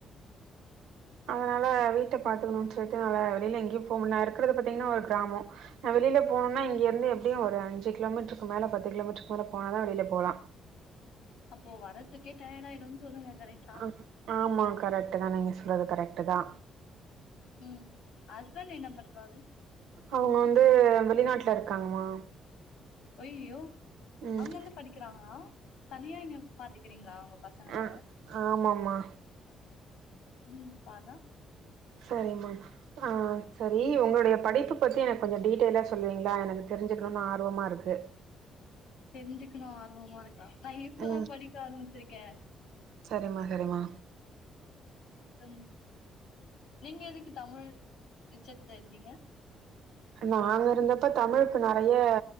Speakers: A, on the left; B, on the right.
A: <inaudible>
B: அதனால வீட்ட பாத்துக்குணுன் சொல்ட்டு நால வெளியில எங்கியு போமுல்ல நா இருக்கிறது பாத்தீங்கன்னா ஒரு கிராமோ நா வெளியில போனுனா இங்கிருந்து எப்டியு ஒரு அஞ்சு கிலோமீட்ருக்கு மேல பத்து கிலோமீட்ருக்கு மேல போனாதா வெளில போலா
A: அப்போ வரதுக்கே டயர்டாயிடுன்னு சொல்லுங்க கரெட்
B: அ ஆமா கரெக்ட்டுதா நீங்க சொல்றது கரெக்ட்டுதா
A: ம் ஹஸ்பண்ட் என்ன பண்றாரு
B: அவங்க வந்து வெளிநாட்ல இருக்காங்கமா
A: ஐய்யோ
B: ம்
A: அங்கந்து படிக்கிறாங்களா தனியா இங்க பாத்துக்கிறீங்களா உங்க பசங்கள
B: ஆ ஆமாம்மா
A: ம் பார்ரா
B: செரிமா ஆ செரி உங்களுடைய படிப்பு பத்தி எனக்கு கொஞ்சோ டீட்டெய்லா சொல்லுவீங்களா எனக்கு தெரிஞ்சுக்கணுன் ஆர்வமாருக்கு
A: தெரிஞ்சுக்கணு ஆர்வமாருக்கா நா இப்பதா
B: ம்
A: படிக்க ஆரம்பிச்சிருக்கே
B: சரிம்மா சரிம்மா
A: ம் நீங்க எதுக்கு தமிழ் லிட்ச்சத்ல எடுத்தீங்க
B: நாங்க இருந்தப்ப தமிழுக்கு நறைய